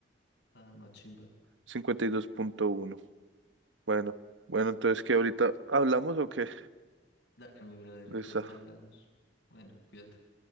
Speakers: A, on the left (about 75°); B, on the right (about 80°).
A: nada más chimba.
B: Cincuenta y dos punto uno. Bueno, bueno, entonces, ¿qué ahorita hablamos o qué?
A: Dale, mi brother,
B: Listo.
A: entonces ya hablamos. Bueno, cuídate.